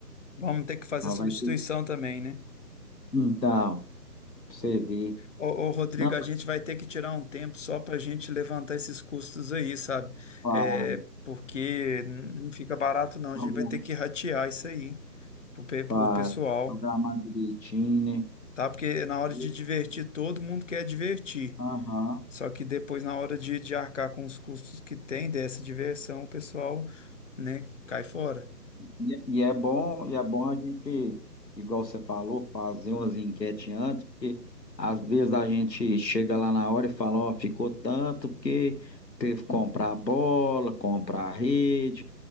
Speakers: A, on the left; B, on the left.
A: Vamos ter que fazer
B: Nós
A: substituição
B: vai ter.
A: também, né?
B: Então, pra você ver.
A: Ô, ô, Rodrigo,
B: Não,
A: a
B: mas
A: gente vai ter que tirar um tempo só para a gente levantar esses custos aí, sabe?
B: faz,
A: É, porque não fica barato, não.
B: progra-
A: A gente vai ter que ratear isso aí pro, pe- pro
B: faz,
A: pessoal,
B: programar direitinho,
A: tá? Porque na hora
B: né?
A: de divertir, todo mundo quer divertir.
B: Aham.
A: Só que depois, na hora de, de arcar com os custos que tem dessa diversão, o pessoal, né, cai fora.
B: E, e é bom, e é bom a gente, igual você falou, fazer umas enquetes antes, porque às vezes a gente chega lá na hora e fala, ó, ficou tanto, porque teve que comprar a bola, comprar a rede,